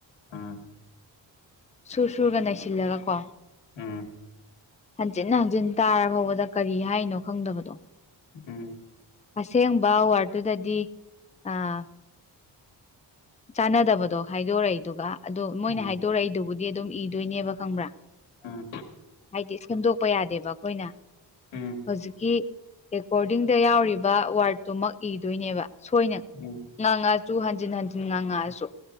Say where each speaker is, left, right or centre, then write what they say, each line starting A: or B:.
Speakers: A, on the left; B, on the left.
A: ꯎꯝ
B: ꯁꯨꯔ ꯁꯨꯔꯒ ꯅꯩꯁꯤꯜꯂꯒ ꯀꯣ
A: ꯎꯝ
B: ꯍꯟꯖꯤꯟ ꯍꯟꯖꯤꯟ ꯇꯥꯔꯐꯥꯎꯕꯗ ꯀꯔꯤ ꯍꯥꯏꯅꯣ ꯈꯪꯗꯕꯗꯣ
A: ꯎꯝ
B: ꯑꯁꯦꯡꯕ ꯋꯥꯔ꯭ꯠꯇꯨꯗꯗꯤ ꯑꯥ ꯆꯥꯟꯅꯗꯕꯗꯣ ꯍꯥꯏꯗꯣꯔꯛꯏꯗꯨꯒ ꯑꯗꯣ ꯃꯣꯏꯅ
A: ꯎꯝ
B: ꯍꯥꯏꯗꯣꯔꯛꯏꯗꯨꯕꯨ ꯗꯤ ꯑꯗꯨꯝ ꯏꯗꯣꯏꯅꯦꯕ ꯈꯪꯕ꯭ꯔꯥ
A: ꯎꯝ
B: ꯍꯥꯏꯗꯤ ꯁꯦꯝꯗꯣꯛꯄ ꯌꯥꯗꯦꯕ ꯑꯈꯣꯏꯅ
A: ꯎꯝ
B: ꯍꯧꯖꯤꯛꯀꯤ ꯔꯦꯀꯣꯔꯗꯤꯡꯗ ꯌꯥꯎꯔꯤꯕ ꯋꯥꯔ꯭ꯠꯇꯨꯃꯛ ꯏꯗꯣꯏꯅꯦꯕ ꯁꯣꯏꯅ
A: ꯎꯝ
B: ꯉꯡꯉꯛꯑꯁꯨ ꯍꯟꯖꯤꯟ ꯍꯟꯖꯤꯟ ꯉꯥꯡꯉꯛꯑꯁꯨ